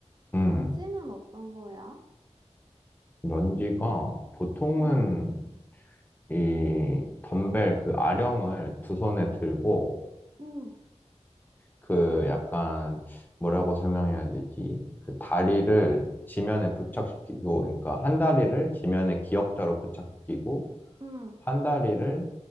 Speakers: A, on the left (about 15°); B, on the right (about 35°).
A: 음,
B: 런지는 어떤 거야?
A: 런지가 보통은
B: 응,
A: 이 덤벨 그 아령을 두 손에 들고
B: 응,
A: 그 약간 뭐라고 설명해야 되지? 그 다리를 지면에 부착시키고, 그러니까 한 다리를 지면에 기역자로 부착시키고,
B: 응.
A: 한 다리를